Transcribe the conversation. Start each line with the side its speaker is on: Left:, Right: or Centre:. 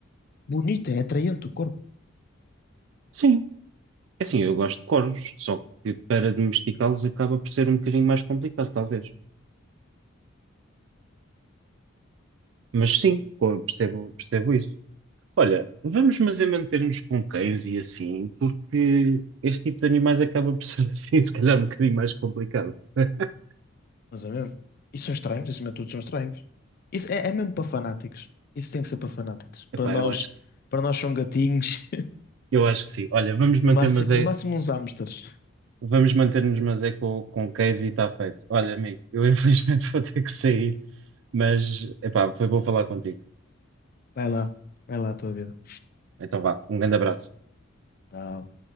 Left: bonito, é atraente o corpo.
Right: Sim, É assim, eu gosto de corvos, só que para domesticá-los acaba por ser um bocadinho mais complicado, talvez. Mas sim, co- percebo, percebo isso. Olha, vamos mas é manter-nos com cães e assim, porque este tipo de animais acaba por ser <laughs> assim, se calhar um bocadinho mais complicado. <laughs>
Left: Mas é mesmo. E são estranhos, acima de tudo são estranhos. Isso é, é mesmo para fanáticos. Isso tem que ser para fanáticos.
Right: Epá,
Left: Para nós,
Right: eu acho, que-
Left: para nós são gatinhos,
Right: eu acho que sim. Olha, vamos
Left: <laughs>
Right: manter
Left: no máximo,
Right: mas é,
Left: no máximo uns hamsters.
Right: vamos manter-nos mas é com, com cães e está feito. Olha, amigo, eu <laughs> infelizmente vou ter que sair, mas epá, foi bom falar contigo.
Left: Vai lá, vai lá a tua vida.
Right: Então vá, um grande abraço.
Left: Tchau.